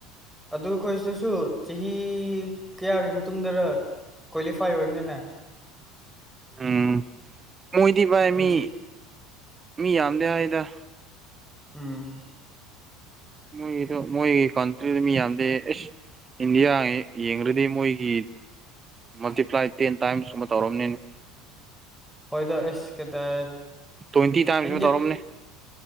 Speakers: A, in the centre; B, on the right.
A: ꯑꯗꯨ ꯈꯣꯏꯁꯨꯁꯨ ꯆꯍꯤ ꯀꯌꯥꯒꯤ ꯃꯇꯨꯡꯗꯔ ꯀꯣꯏꯂꯤꯐꯥꯏ ꯑꯣꯏ꯭ꯕꯅꯤꯅ
B: ꯎꯝ ꯃꯣꯏꯗꯤ ꯚꯥꯏ
A: ꯅꯨꯡꯁꯤ
B: ꯃꯤ ꯃꯤ ꯌꯥꯝꯗꯦ ꯍꯥꯏ ꯨꯗ
A: ꯎꯝ
B: ꯃꯣꯏꯒꯤꯗꯣ ꯃꯣꯏꯒꯤ ꯀꯟꯇ꯭ꯔꯤꯗꯣ ꯃꯤ ꯌꯥꯝꯗꯦ ꯑꯦꯁ ꯏꯟꯗꯤꯌꯥ ꯌꯦ ꯌꯦꯡꯔꯗꯤ ꯃꯣꯏꯒꯤ ꯃꯜꯇꯤꯄ꯭ꯂꯥꯏ ꯇꯦꯟ ꯇꯥꯏꯝꯁ ꯀꯨꯝꯕ ꯇꯧꯔꯝꯅꯤꯅꯦ
A: ꯍꯣꯏꯗ ꯑꯦꯁ ꯀꯗꯥꯏ
B: ꯇ꯭ꯋꯦꯟꯇꯤ ꯇꯥꯏꯝꯁ
A: ꯏꯟꯗꯤꯌꯥ
B: ꯄꯨ ꯇꯧꯔꯝꯅꯤ